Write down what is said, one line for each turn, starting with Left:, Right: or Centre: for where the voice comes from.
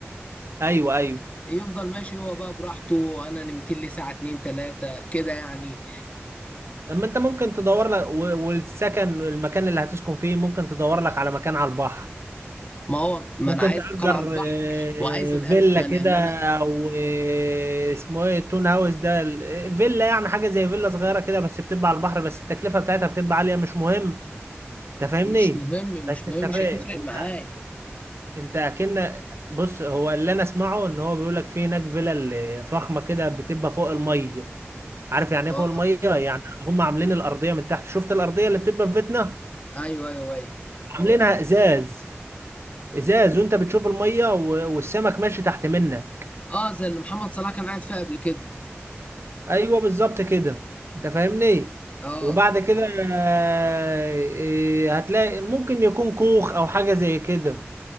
Right: ايوه ايوه
Left: يفضل ماشي هو بقى براحته انا نمت لي ساعة اتنين تلاتة كده يعني
Right: لما انت ممكن تدور لك و- والسكن والمكان اللي هتسكن فيه ممكن تدور لك على مكان على البحر
Left: ما هو ما
Right: ممكن
Left: انا عايز
Right: تأجر
Left: مكان على البحر
Right: آه،
Left: وعايز القارب
Right: فيلا
Left: ده
Right: كده
Left: لان انا
Right: او آه، اسمه ايه التون هاوس ده ال- آه، فيلا يعني حاجة زي فيلا صغيرة كده بس بتبقى على البحر بس التكلفة بتاعتها بتبقى عالية مش مهم انت فاهمني
Left: مش مهم
Right: بس
Left: مش مهم
Right: انت فا...
Left: مش هتفرق
Right: انت
Left: معايا
Right: انت اكن بص هو اللي انا اسمعه ان هو بيقول لك في هناك فيلا فخمة كده بتبقى فوق المية عارف يعني
Left: اه
Right: ايه فوق المية يعني هم عاملين الأرضية من تحت شفت الأرضية اللي بتبقى في بيتنا
Left: ايوه ايوه ايوه
Right: عاملينها ازاز ازاز وانت بتشوف الميه و- والسمك ماشي تحت منها
Left: اه زي اللي محمد صلاح كان قاعد فيها قبل كده
Right: ايوه بالظبط كده انت فاهمني
Left: اه
Right: وبعد كده آه، إيه، هتلاقي ممكن يكون كوخ او حاجه زي كده